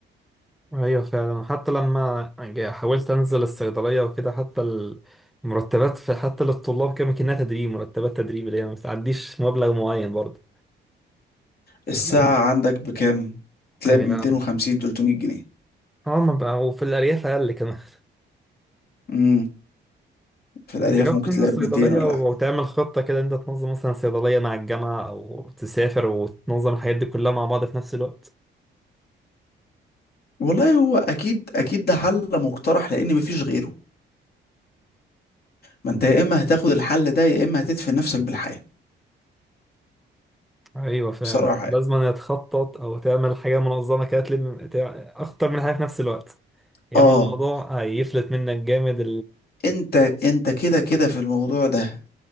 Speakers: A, in the centre; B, on the left.
A: ايوه فعلا حتى لما جا- حاولت انزل الصيدليه وكده حتى المرتبات في حتى للطلاب كان كأنها تدريب مرتبات تدريب اللي هي ما بتعديش مبلغ معين برضه
B: الساعة
A: تمام
B: عندك بكام تلاقي
A: هي
B: ب 250 300 جنيه
A: اه ما بقى وفي الارياف اقل كمان <laughs>
B: امم في الأرياف
A: انت جربت
B: ممكن
A: تنزل
B: تلاقي
A: صيدليه
B: ب 200 ولا
A: وتعمل
B: حاجة
A: خطه كده انت تنظم مثلا صيدليه مع الجامعه او تسافر وتنظم الحاجات دي كلها مع بعض في نفس الوقت
B: والله هو أكيد أكيد ده حل مقترح لأن مفيش غيره ما أنت يا إما هتاخد الحل ده يا إما هتدفن نفسك بالحياة
A: ايوه فعلا
B: بصراحة يعني.
A: لازم أن تخطط او تعمل حاجه منظمه كده تلم تع- اكتر من حاجه في نفس الوقت يا
B: اه
A: اما الموضوع هيفلت منك جامد
B: انت انت كده كده في الموضوع ده